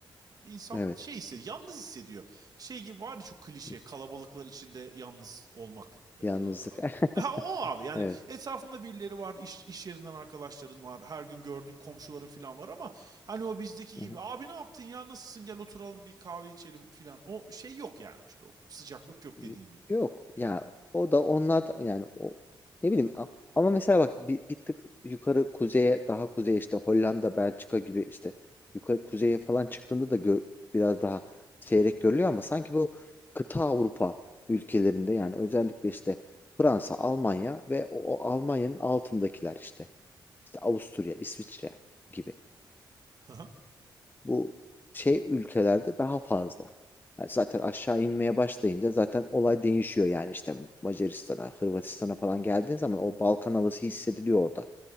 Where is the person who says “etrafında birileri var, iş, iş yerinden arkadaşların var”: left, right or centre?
Right